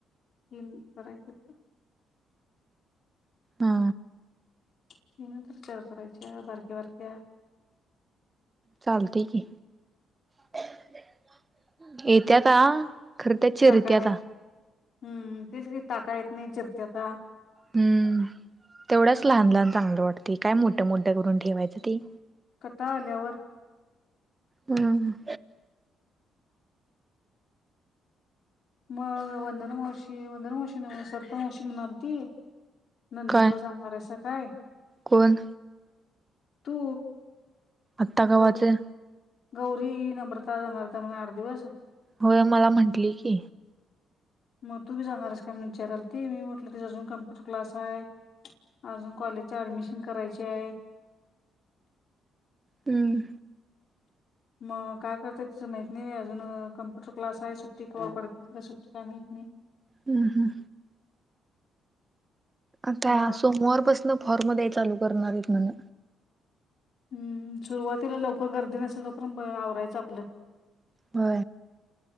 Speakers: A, on the left; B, on the right.
A: कन करायचे तर
B: हा
A: तनंतर चार करायच्या बारक्या बारक्या
B: चालतय की ठीक आहे त्याता खर त्या चिरित्या
A: टाकायला आहे.
B: ता
A: हम्म तेच टाका येत नाही चिरत्या ता
B: हम्म तेवढाच लहान, लहान चांगलं वाटत काय मोठ्या मोठ्या करून ठेवायचं ती
A: कथा आल्यावर
B: हम
A: मग वंदना मावशी वंदना मावशी सरिता मावशी म्हनायलती नंदीकुळ
B: काय
A: जाणार असं काय
B: कोण?
A: तू,
B: आत्ता कावाचे.
A: गौ गौरी, नम्रता <unintelligible> आठ दिवस.
B: होय मला म्हटली की,
A: मग तू बी जाणारस काय म्हने विचारा आलथी. मी म्हटल तीच अजून कम्प्युटर क्लास आहे. अजून कॉलेज ऍडमिशन करायचे आहे.
B: हम्म.
A: मग काय करते तिच माहिती नाही. अजून कम्प्युटर क्लास आहे. सुट्टी कवा पडते <unintelligible> सुट्टी माहि
B: हम्म हम्म. आता
A: मग
B: सोमवारपासून फॉर्मध्येध्ये चालू करणार आहेत म्हण
A: हम्म सुरुवातीला लवकर गर्दी नसेल तर पण आवरायच आपल.
B: हो